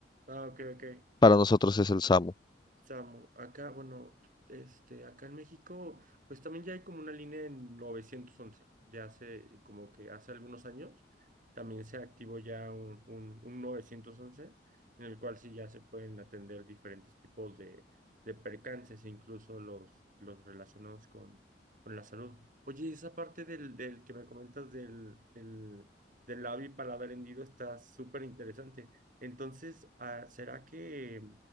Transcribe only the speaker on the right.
Ah, ok, ok.
Samu, acá, bueno, este, acá en México, pues también ya hay como una línea en 911, de hace, como que hace algunos años, también se activó ya un, un, un 911, en el cual sí ya se pueden atender diferentes tipos de, de percances, incluso los, los relacionados con, con la salud. Oye, esa parte del, del que me comentas del, del, del labio y paladar hendido está súper interesante. Entonces, ah, ¿será que...